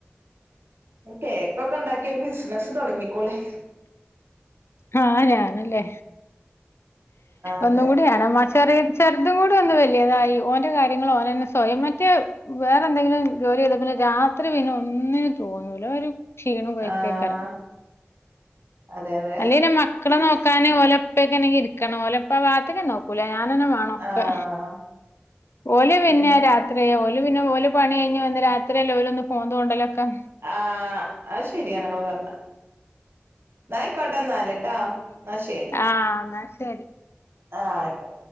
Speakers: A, on the right; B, on the left.
A: കേക്കൊക്കെ ഉണ്ടാക്കി ഒരു ബിസിനസ്സ് തൊടങ്ങിക്കോളിം.
B: ആഹ് ഞാനല്ലേ,
A: അതെ
B: ഒന്നും കൂടിവേണം
A: അതെ
B: ആ ചെറി ചെർദും കൂടി ഒന്ന് വലുതായി ഓന്റെ കാര്യങ്ങൾ ഓനന്നെ സ്വയം എന്നിട്ട് വേറെ എന്തെങ്കിലും ജോലി ചെയ്താ പിന്നെ. രാത്രി പിന്നെ, ഒന്നിനും തോന്നൂലോ ഒരു ക്ഷീണം <unintelligible>
A: ആഹ് അതെ അതെ
B: അല്ലെയ് പിന്നെ മക്കളെ നോക്കാന് ഓലപ്പൊക്കെ ഇരിക്കണം. ഓലപ്പാ ആ, ഭാഗത്തേക്കെ നോക്കൂല. ഞാനെന്നെ വാണം. ന്നൊക്കെ,
A: ആഹ്
B: ഓല് പിന്നെ
A: ഉം
B: രാ ഓല് പിന്നെ, ഓല് പണികഴിഞ്ഞ് വന്ന് രാത്രിയല്ലെ, ഓലൊന്ന് ഫോൺ തോണ്ടലൊക്കെ.
A: ആഹ്, അയ് ശെരിയാണ് ഇങ്ങള് പറഞ്ഞെ എന്നാ ആയിക്കോട്ടെന്നാല്ട്ടോ എന്നാ ശെരി.
B: ആഹ് എന്നാ ശെരി.
A: ആഹ് ആയിക്കോട്ടേ.